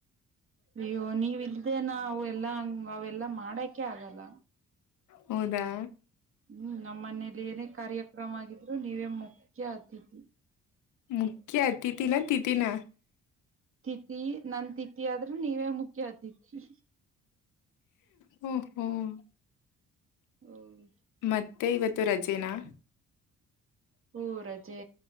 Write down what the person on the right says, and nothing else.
ಅಯ್ಯೋ ನೀವ ಇಲ್ದೆೇನಾ ಅವ ಎಲ್ಲಾ ಹಂಗ ಅವೆಲ್ಲಾ ಮಾಡಕೆ ಆಗಲ್ಲ.
ಹ್ಮ್ ನಮ್ಮ ಮನೇಲಿ ಏನೇ ಕಾರ್ಯಕ್ರಮ ಆಗಿದ್ರು ನೀವೇ ಮುಖ್ಯ ಅತಿಥಿ.
ತಿಥಿ ನನ್ ತಿಥಿ ಆದ್ರೆ ನೀವೇ ಮುಖ್ಯ ಅತಿಥಿ.
ಓಹ್.
ಹೂ ರಜೆ